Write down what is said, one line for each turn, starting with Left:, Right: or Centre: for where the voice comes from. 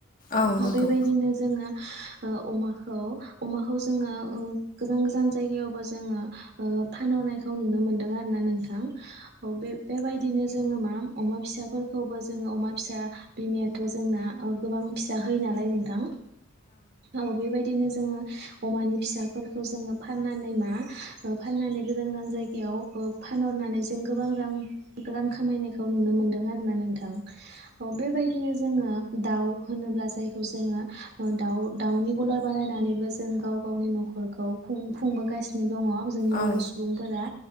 Left: औ
Right: ह
Left: नंगौ
Right: बेबायदिनो जोङो ओ अमाखौ अमाखौ जोङो ओं गोजान गोजान जायगायावबो जोङो ओ फानहरनायखौ नुनो मोनदों आरोना नोंथ थां औ बे बेबायदिनो जोङो माम अमा फिसाफोरखौबो जोङो अमा फिसा बिमायाथ' जोंना औ गोबां फिसा होयो नालाय नोंथां औ बेबायदिनो जोङो अमानि फिसाफोरखौ जोङो फाननानै मा फाननानै गोजान गोजान जायगायाव फानहरनानै जों गोबां रां खामायनायखौ नुनो मोनदों आरोना नों थां औ बेबायदिनो जोङो दाउ होनोब्ला जायखौ जोङो दाउ-दाउनि गलार बानायनानैबो जों गाव गावनि न'खरखौ खुंबोगासिनो दङ जोंनि
Left: औ
Right: बर' सुबुंफोरा